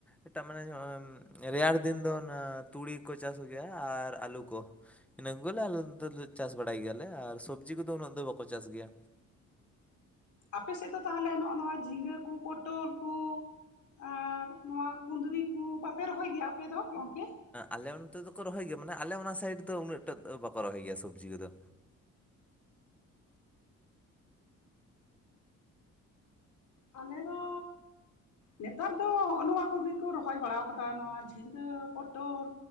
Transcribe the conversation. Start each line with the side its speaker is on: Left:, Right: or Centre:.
Centre: ᱮᱴᱟᱜ ᱢᱟᱱᱮ ᱱᱚᱜᱼᱚᱭ ᱨᱮᱭᱟᱲ ᱫᱤᱱ ᱫᱚ ᱚᱱᱟ ᱛᱩᱲᱤ ᱠᱚ ᱪᱟᱥ ᱜᱮᱭᱟ ᱟᱨ ᱟᱹᱞᱩ ᱠᱚᱼᱼ ᱤᱱᱟᱹ ᱠᱚ ᱜᱮᱞᱮ ᱟᱞᱮ ᱫᱚᱞᱮ ᱪᱟᱥ ᱵᱟᱲᱟᱭ ᱜᱮᱭᱟᱞᱮ ᱟᱨ ᱥᱚᱵᱽᱡᱤ ᱠᱚ ᱫᱚ ᱩᱱᱟᱹᱜ ᱫᱚ ᱵᱟᱠᱚ ᱪᱟᱥ ᱜᱮᱭᱟ
Left: ᱟᱯᱮ ᱥᱮᱫ ᱫᱚ ᱛᱟᱦᱟᱞᱮ ᱱᱚᱜ-ᱚ ᱱᱚᱣᱟ ᱡᱷᱤᱸᱜᱟᱹ ᱠᱩ ᱯᱚᱴᱚᱞ ᱠᱩᱼᱼ ᱟᱨ ᱱᱚᱣᱟ ᱠᱩᱸᱫᱽᱨᱤ ᱠᱩ ᱵᱟᱯᱮ ᱨᱚᱦᱚᱭ ᱜᱮᱭᱟ ᱟᱯᱮ ᱫᱚ ᱜᱚᱝᱠᱮᱼᱼ
Centre: ᱟᱞᱮ ᱚᱱᱛᱮ ᱫᱚ ᱠᱚ ᱨᱚᱦᱚᱭ ᱜᱮᱭᱟ ᱢᱟᱱᱮ ᱟᱞᱮ ᱚᱱᱟ ᱥᱟᱭᱤᱰ ᱫᱚ ᱩᱱᱟᱹᱜ ᱴᱟᱜ ᱫᱚ ᱵᱟᱠᱚ ᱨᱚᱦᱚᱭ ᱜᱮᱭᱟ ᱥᱚᱵᱽᱡᱤ ᱠᱚ ᱫᱚ᱾
Left: ᱟᱞᱮ ᱫᱚᱼᱼ ᱱᱮᱛᱟᱨ ᱫᱚ ᱦᱚᱸᱜ ᱱᱚᱣᱟ ᱠᱚ ᱜᱮ ᱠᱚ ᱨᱚᱦᱚᱭ ᱵᱟᱲᱟᱣ ᱠᱟᱫᱟ ᱱᱚᱣᱟ ᱡᱷᱤᱸᱜᱟᱹ ᱯᱚᱴᱚᱞ